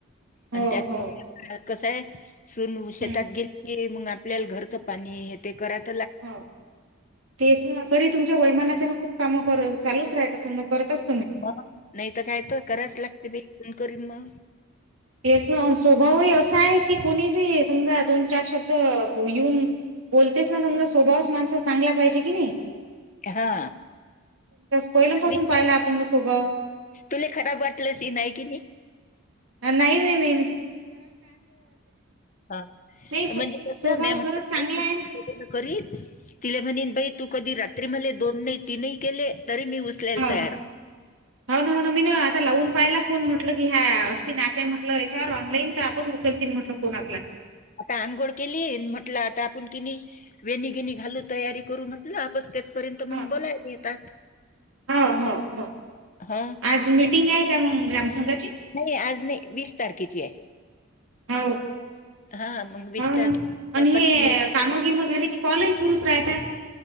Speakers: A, on the right (about 70°); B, on the left (about 40°).
A: हो
B: आणि त्यात
A: हो
B: मग कस आहे सून शेतात
A: हं.
B: गेली. ते मग आपल्याला घरचं पाणी हे ते करात.
A: हो, तेच ना तरी तुमच्या वयमानाच्या खूप काम <unintelligible> चालूच राहतात करतच.
B: हो, नाही तर काय त कराच लागतय बाई, कोण करीन म.
A: तेच ना स्वभावही असा आहे, कुणी बी समजा दोन चार शब्द येऊन बोलतेस ना समजा स्वभावच माणस चांगला पाहिजे किनी.
B: हा.
A: पहिल्यापासून
B: मी,
A: पाहिला आपण ना स्वभाव
B: तुले खराब वाटलं शि नाही कि नाही. <unintelligible>
A: अ नाही, नाही, नाय.
B: हा,
A: नाही स्व
B: म्हणजे कस
A: स्वभाव
B: म्या म्हटलं
A: खरंच चांगला आहे ना.
B: <unintelligible> तिला म्हणेन बाई तू कधी रात्री मला दोन नाही तीनही केले. तरी मी उचलायला
A: हाव,
B: तयार आहे."
A: हाव ना, हाव ना मी ना आता लावून पायला. फोन म्हटलं की हया असतील <unintelligible> याच्यावर ऑनलाईन. तर आपच उचलतील म्हटलं फोन आपला
B: आता आंघोळ केली, न म्हटलं आता आपण कन्या, वेणी गेणी घालू तयारी करू म्हटलं आपच त्या तोपर्यंत मग
A: ह
B: बोलायला येतात.
A: हो, हो, हो,
B: हा
A: आज मिटिंग आहे का मग ग्राम संघाची?
B: नाही आज नाही वीस तारखेची आहे.
A: हाव.
B: हा मग वीस
A: हाव ना,
B: तारखेला
A: आणि
B: पाहिजे
A: हे
B: मी
A: काम भीम झाले की कॉलही सुरूच रहताय.